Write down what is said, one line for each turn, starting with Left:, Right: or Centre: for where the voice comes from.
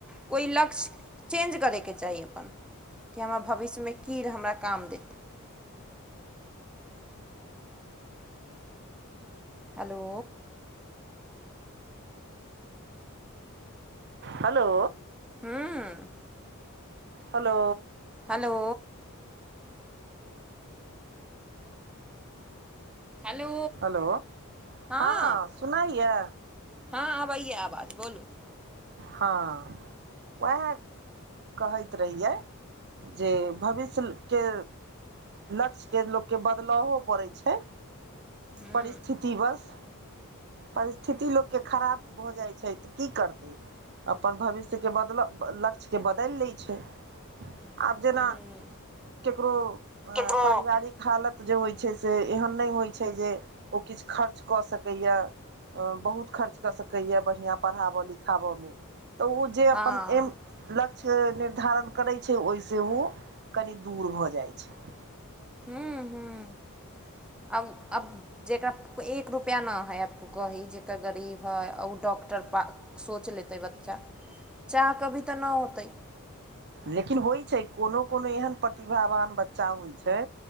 Centre: कोइ लक्ष्य चेंज करैके चाही अपन कि हमरा भविष्यमे कीै हमरा काम देत हेलो
Right: हेलो
Centre: हुँ
Right: हेलो
Centre: हेलो हेलो
Right: हेलो
Centre: हाँ
Right: हँ सुनाइए
Centre: हाँ अब आबैया आवाज बोलू
Right: हाँ ओएह कहैत रहियै जे भविष्यके लक्ष्यके लोककेँ बदलावो पड़ै छैय
Centre: हूँ
Right: परिस्थिति बस परिस्थिति लोकके खराब भऽ जाइ छैय तऽ की करतै अपन भविष्य के बदलाव लक्ष्यके बदलि लै छैय। आब जेना
Centre: हूँ
Right: ककरो अ
Centre: केकरो
Right: पारिवारिक कि हालत जे होइत छै से एहन नहि होइत छै जे ओ किछु खर्च कऽ सकैए बहुत खर्च कऽ सकैए बढ़िआँ पढ़ाबय लिखाबयमे तऽ ओ जे अपन
Centre: हँ
Right: एम लक्ष्य निर्धारण करै छैय ओहिसँ ओ कनि दूर भऽ जाइत छैय
Centre: हूँ हूँ आब अब जकरा एक रुपैआ नहि हइ आब तू कही जेकर गरीब हइ आ ओ डॉक्टर पा सोच लेतै बच्चा चाह कऽ भी तऽ नहि होतै
Right: लेकिन होइत छै कोनो कोनो एहन प्रतिभावान बच्चा होइत छै